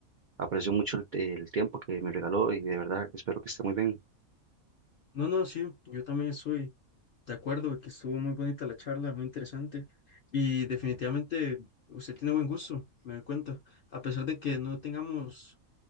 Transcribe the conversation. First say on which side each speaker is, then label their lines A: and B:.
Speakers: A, on the right; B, on the left.
A: Aprecio mucho el, el tiempo que me regaló y de verdad espero que esté muy bien.
B: No, no, sí, yo también estoy de acuerdo de que estuvo muy bonita la charla, muy interesante y definitivamente usted tiene buen gusto, me doy cuenta, a pesar de que no tengamos,